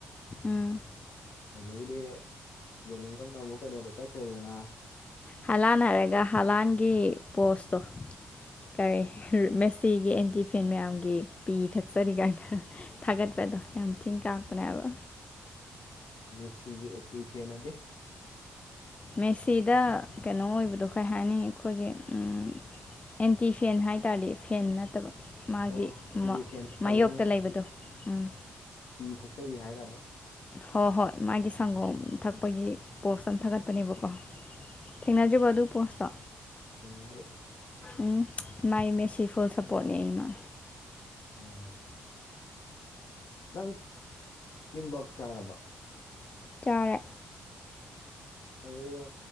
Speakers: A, on the left; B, on the left.
A: ꯎꯝ꯫
B: ꯑꯗꯒꯤꯗꯤ ꯕꯦꯂꯤꯡꯉꯝꯅꯥ ꯑꯃꯨꯛ ꯀꯩꯅꯣꯗ ꯆꯠꯈ꯭ꯔꯦꯗꯅ꯫
A: ꯍꯥꯂꯥꯟ ꯍꯥꯏꯔꯒ ꯍꯂꯥꯟꯒꯤ ꯄꯣꯁꯇꯣ꯫ ꯀꯔꯤ ꯃꯦꯁꯤꯒꯤ ꯑꯦꯟꯇꯤꯐꯦꯟ ꯃꯌꯥꯝꯒꯤ ꯄꯤ ꯊꯛꯆꯔꯤ ꯀꯥꯏꯅ꯫ ꯊꯥꯒꯦꯠꯄꯗꯣ ꯌꯥꯝ ꯊꯤꯅꯥ ꯀꯥꯛꯄꯅꯦ ꯍꯥꯏꯕ꯫
B: ꯃꯦꯁꯤꯒꯤ ꯑꯦꯠꯇꯤ ꯐꯦꯟꯑꯗꯤ꯫
A: ꯃꯦꯁꯤꯗ ꯀꯩꯅꯣ ꯑꯣꯏꯕꯗꯣ ꯀꯩ ꯍꯥꯏꯅꯤ ꯑꯩꯈꯣꯏꯒꯤ ꯎꯝ꯫ ꯑꯦꯟꯇꯤ ꯐꯦꯟ ꯍꯥꯏ ꯇꯥꯔꯗꯤ ꯐꯦꯟ ꯅꯠꯇꯕ꯫ ꯃꯥꯒꯤ
B: ꯑꯣ ꯃꯦꯁꯤꯒꯤ ꯐꯦꯟ ꯅꯠꯇꯕ
A: ꯃꯥꯌꯣꯛꯇ
B: ꯃꯌꯥꯝꯒꯤ
A: ꯂꯩꯕꯗꯣ ꯎꯝ꯫
B: ꯄꯤ ꯊꯛꯆꯔꯤ ꯍꯥꯏꯔꯕ꯫
A: ꯍꯣꯏ ꯍꯣꯏ ꯃꯥꯒꯤ ꯁꯪꯒꯣꯝ ꯊꯛꯄꯒꯤ ꯄꯣꯁ ꯑꯃ ꯊꯥꯒꯠꯄꯅꯦꯕꯀꯣ꯫
B: ꯎꯝ꯫
A: ꯊꯦꯡꯅꯗꯔꯤꯕꯣ ꯑꯗꯨ ꯄꯣꯁꯇꯣ꯫
B: ꯊꯦꯡꯅꯘꯔꯤ ꯫
A: ꯎꯝ ꯃꯥꯏ ꯃꯦꯁꯤ ꯐꯨꯜ ꯁꯞꯄꯣꯔꯠꯅꯤ ꯑꯩ ꯏꯃ꯫
B: ꯑ꯫ ꯅꯪ ꯀꯤꯝꯕꯛ ꯆꯥꯔꯕ꯫
A: ꯆꯔꯦ꯫
B: ꯑꯗꯨꯒ